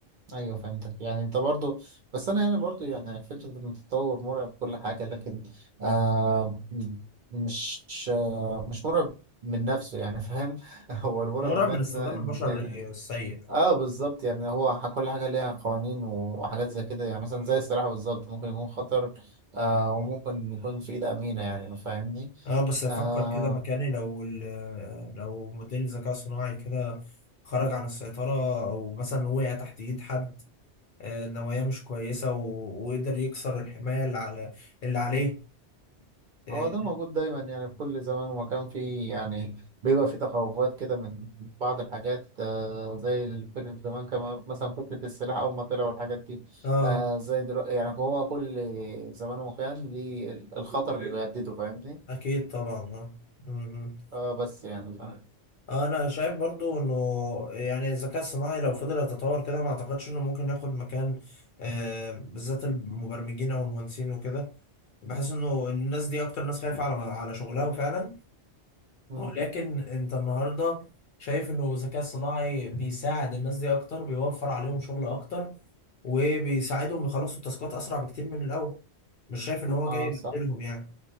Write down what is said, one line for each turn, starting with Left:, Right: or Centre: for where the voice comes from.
Right: ايوه فهمتك يعني انت برضو بس انا يعني برضو يعني فكرة ان التطور مرعب كل حاجة لكن آه م- مش آه مش مرعب من نفسه يعني فاهم <laughs> هو المرعب
Left: مرعب
Right: ان
Left: من
Right: احنا
Left: استخدام
Right: إن
Left: البشر للسيء
Right: اه بالظبط يعني هو ح- كل حاجة ليها قوانين وحاجات زي كده يعني مثلا زي السلاح بالظبط ممكن يكون خطر آه وممكن يكون في إيد أمينة يعني ما فاهمني
Left: اه بس افكر
Right: آه
Left: كده مكاني لو ال- لو موديل ذكاء صناعي كده خرج عن السيطرة او مثلا وقع تحت ايد حد آه، نوايا مش كويسة و- وقدر يكسر الحماية اللي على اللي عليه اه
Right: هو ده موجود دايما يعني في كل زمان ومكان فيه يعني بيبقى فيه تخوفات كده من بعض الحاجات آه زي فكرة زمان كمان مثلا فكرة السلاح أول ما طلع والحاجات دي
Left: آه،
Right: آه زي دلوقتي يعني هو كل زمان ومكان ليه الخطر اللي بيهدده فاهمني
Left: اكيد طبعا اه م- م.
Right: آه بس يعني فاهم
Left: انا شايف برضو انه يعني الذكاء الصناعي لو فضل يتطور كده ما اعتقدش انه ممكن ياخد مكان آه، بالذات المبرمجين او المهندسين وكده بحس انه الناس دي اكتر ناس خايفة على على شغلها فعلا
Right: مم.
Left: ولكن انت النهاردة شايف انه الذكاء الصناعي بيساعد الناس دي اكتر بيوفر عليهم شغل اكتر وبيساعدهم يخلصوا التاسكات اسرع بكتير من الاول مش شايف ان هو
Right: اه
Left: جاي
Right: صح
Left: يبدلهم يعني